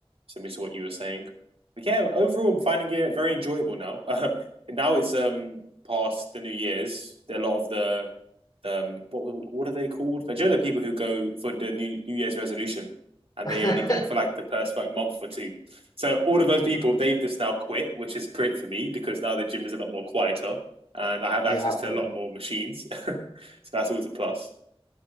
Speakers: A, on the right; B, on the left.
A: similar to what you were saying. But yeah, overall, I'm finding it very enjoyable now. <laughs> Uh, now it's um past the New Year's. A lot of the um what what are they called? Like, do you know the people who go for the New New Year's resolution, and
B: <laughs>
A: they only go for like the first like month or two. So all of those people, they've just now quit, which is great for me because now the gym is a lot more quieter and I have
B: yeah,
A: access
B: absolutely.
A: to a lot more machines. <laughs> so that's always a plus.